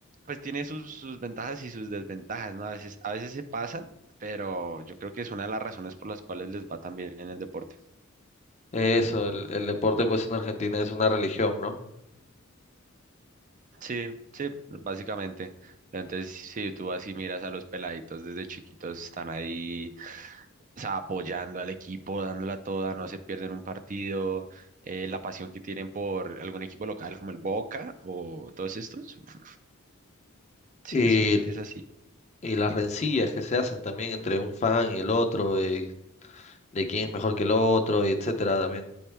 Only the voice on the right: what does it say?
pues tiene sus, sus ventajas y sus desventajas, ¿no? A veces, a veces se pasan, pero yo creo que es una de las razones por las cuales les va tan bien en el deporte.
Sí, sí, básicamente. Entonces, si tú así miras a los peladitos desde chiquitos, están ahí, o sea, apoyando al equipo, dándola toda, no se pierden un partido, eh, la pasión que tienen por algún equipo local como el Boca o todos estos, uf, sí,
esa gente es así.